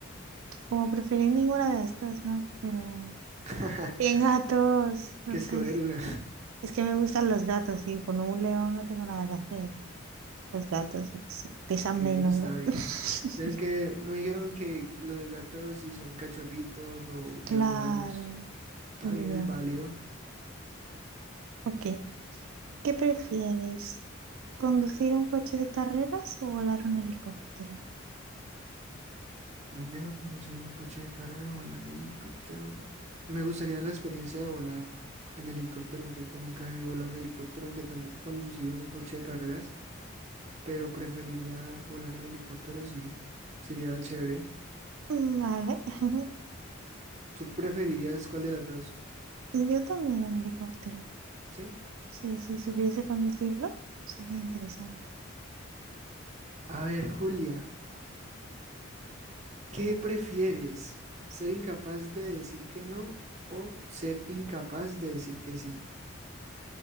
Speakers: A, on the right (about 80°); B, on the right (about 35°).
A: como preferir ninguna de las dos, ¿no? Pero...
B: <laughs>
A: Tienen gatos, no
B: Que escoger
A: sé,
B: una. <laughs>
A: Es que me gustan los gatos y con un león no tengo nada que hacer. Los gatos sí, pesan
B: Ok,
A: menos,
B: está
A: ¿no?
B: bien.
A: <laughs>
B: Dijeron que, no dijeron que los gatos si son cachorritos o
A: Claro,
B: ya son adultos. Está
A: es
B: bien,
A: verdad.
B: es válido.
A: Ok, ¿qué prefieres? ¿Conducir un coche de carreras o volar un helicóptero?
B: Prefiero conducir un coche de carrera o volar en helicóptero. Me gustaría la experiencia de volar en helicóptero, ya que nunca he volado en helicóptero, aunque tampoco he conducido un coche de carreras, pero preferiría volar en helicóptero, sí. Sería chévere.
A: Mm, Vale, <laughs>
B: ¿Tú preferirías cuál de las dos?
A: yo también un helicóptero.
B: Sí.
A: Sí, si supiese conducirlo, sería interesante.
B: A ver, Julia, ¿qué prefieres? ¿Ser incapaz de decir que no o ser incapaz de decir que sí?